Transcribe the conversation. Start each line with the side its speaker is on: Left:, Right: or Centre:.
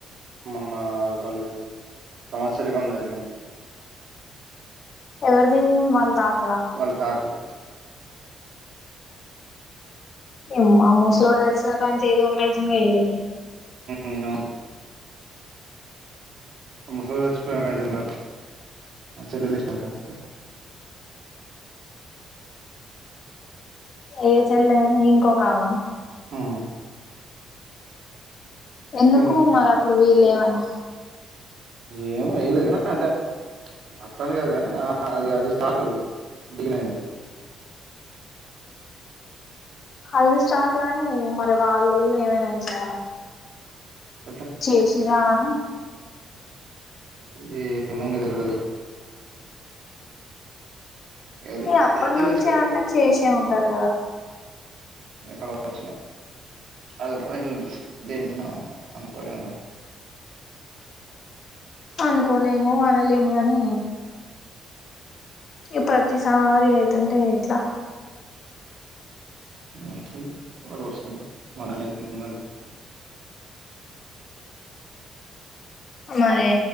Right: మొన్న వాల్ ది సంవత్సరికం జరిగింది
Left: ఎవరిది వాళ్ళ తాత్
Right: వాళ్ళ తాతది
Left: యమ్మ మూసలోడు సచ్చిన కాంచీ ఎదో ఒకటి అయ్తున్దీలకి
Right: ఉమ్ అవును ఆ ముస్లోడు సచిపోయనకానుంచి ఏం కాదు ఆ చెల్లెల్ సచ్చిపోయిన కాంచీ అట
Left: ఏ చెల్లే ఇంకొకామా
Right: ఆ
Left: ఎందుకు
Right: చేస్తా
Left: మరి అప్పుడు వీళమనా
Right: ఏమో ఇలేనా అంటే <unintelligible>
Left: అది స్టార్ట్ గాని మరి వాళ్ళ ఏమైనా ఇట్ల
Right: ఎట్లా
Left: చేసిరా అని
Right: <unintelligible> అది
Left: ఈ అప్పటి
Right: తెలుసుకోవాలి.
Left: నుంచి అంటే చేసే ఉంటారు కదా
Right: కావచ్చు అది పో దేని మ అనుకోలేంగా
Left: అనుకోలేము అనలేము కాని ఈ ప్రతిసారి అయితుంటే ఎట్లా
Right: అైతు వాళ్ళు చుకుంటారు మన దానికి
Left: మరే